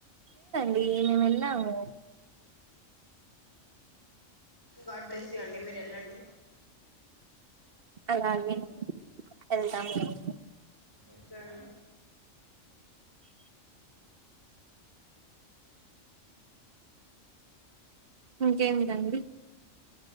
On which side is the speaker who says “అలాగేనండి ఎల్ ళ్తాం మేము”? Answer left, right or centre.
Right